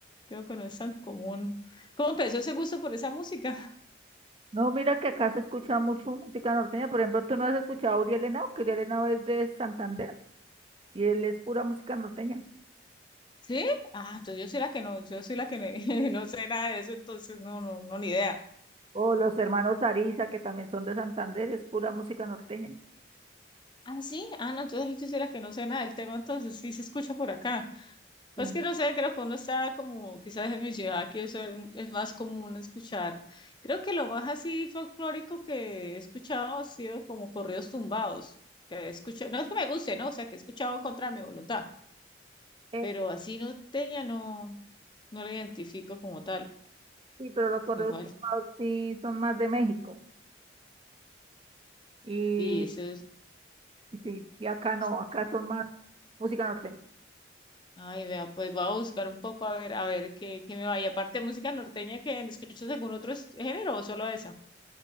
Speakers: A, on the left; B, on the right.
A: creo que no es tan común. ¿Cómo empezó ese gusto por esa música? <laughs>
B: No, mira que acá se escucha mucho música norteña. Por ejemplo, tú no has escuchado a Uriel Henao, que Uriel Henao es de Santander y él es pura música norteña.
A: ¿Sí? Ah, entonces yo soy la que no, yo soy la que no, <laughs> no sé nada de eso, entonces no, no, no, ni idea.
B: O los hermanos Ariza, que también son de Santander, es pura música norteña.
A: Ah, sí, ah, no, entonces yo soy la que no sé nada del tema, entonces sí se escucha por acá. Pues
B: Mm.
A: que no sé, creo que uno está como, quizás en mi ciudad, que eso es es más común escuchar. Creo que lo más así folclórico que he escuchado ha sido como corridos tumbados, que he escuchado, no es que me guste, ¿no? O sea, que he escuchado contra mi voluntad,
B: Eh,
A: pero así no tenía, no, no lo identifico como tal.
B: sí, pero los correos
A: Igual,
B: tumbados sí son más de México. Y,
A: sí, eso
B: y sí, y acá no,
A: es.
B: acá son más música norteña.
A: Ay, vea, pues voy a buscar un poco a ver, a ver qué, qué me vaya. Aparte de música norteña, que escuchas algún otro es- género o solo esa?